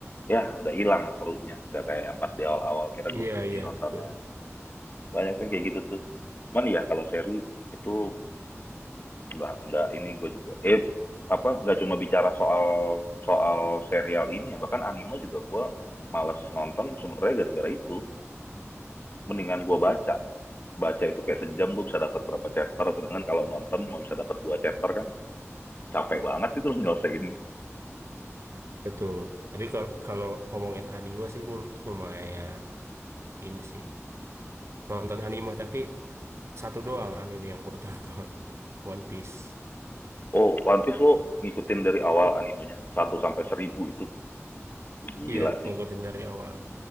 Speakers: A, on the left; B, on the right.
A: ya udah hilang serunya nggak kayak yang pas di awal-awal kira
B: Iya,
A: gue berhenti
B: iya,
A: nontonnya
B: betul.
A: banyak kan kayak gitu tuh cuman ya kalau seri itu nggak nggak ini gue juga eh apa nggak cuma bicara soal soal serial ini ya bahkan anime juga gue malas nonton sebenarnya gara-gara itu mendingan gue baca baca itu kayak sejam gue bisa dapat berapa chapter sedangkan kalau nonton cuma bisa dapat dua chapter kan capek banget itu lo nyelesainnya
B: Betul. Tapi kalau kalau ngomongin anime sih gue lumayan ini sih. Nonton anime tapi satu doang anime yang gue tonton, <laughs> One Piece.
A: oh One Piece lo ngikutin dari awal animenya satu sampai seribu itu gila
B: Iya,
A: sih
B: ngikutin dari awal.